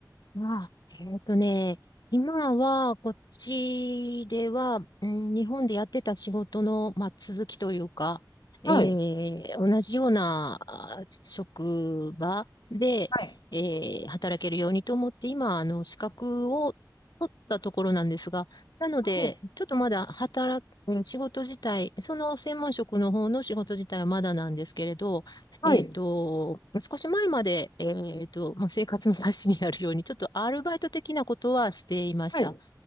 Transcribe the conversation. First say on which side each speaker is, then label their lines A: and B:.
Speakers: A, on the left; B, on the left.
A: まあ、えっとね、今は、こっちでは、うん日本でやってた仕事の、まあ、続きというか、
B: はい。
A: えー同じようなあ職場で、
B: はい
A: えー働けるようにと思って、今、あの、資格を取ったところなんですが、なので、
B: お
A: ちょっとまだ働く、仕事自体、その専門職の方の仕事自体はまだなんですけれど、
B: はい。
A: えっと、少し前まで、えっと、まあ、生活の足しになるように、ちょっとアルバイト的なことはしていました。
B: はい。